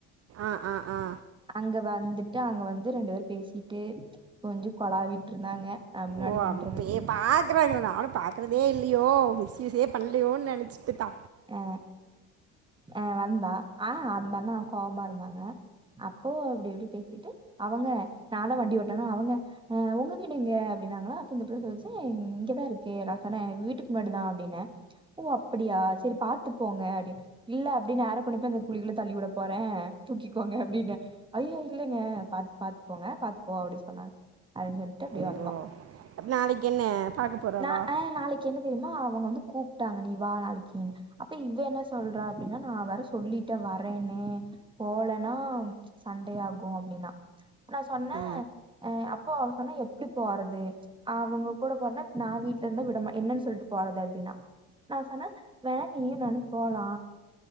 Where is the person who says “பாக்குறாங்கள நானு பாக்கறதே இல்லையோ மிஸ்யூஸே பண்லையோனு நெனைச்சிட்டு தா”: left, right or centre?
Right